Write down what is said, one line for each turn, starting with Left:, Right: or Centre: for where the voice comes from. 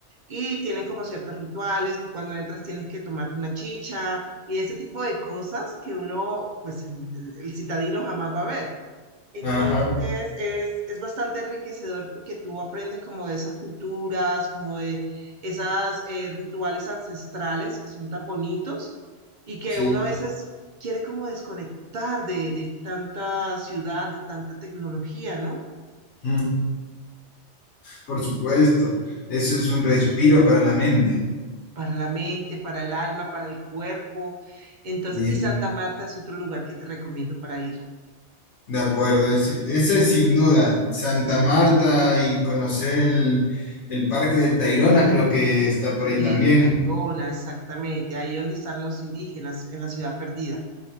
Right: y tienen como ciertos rituales. Tú cuando entras tienes que tomarte una chicha y ese tipo de cosas que uno, pues en- el citadino jamás va a ver. Entonces
Left: ajá,
Right: es, es bastante enriquecedor porque tú aprendes como de esas culturas, como de esas eh, rituales ancestrales que son tan bonitos y que
Left: sí,
Right: uno a veces quiere como desconectar de, de tanta ciudad, de tanta tecnología, ¿no?
Left: mm, por supuesto. Eso es un respiro para la mente.
Right: Para la mente, para el alma, para el cuerpo. Entonces,
Left: Y,
Right: y Santa Marta es otro lugar que te recomiendo para ir.
Left: de acuerdo, ese, ese es sin duda. Santa Marta y conocer el, el Parque del Tayrona creo que está por ahí
Right: El
Left: también.
Right: Tayrona, exactamente, ahí donde están los indígenas, en la ciudad perdida.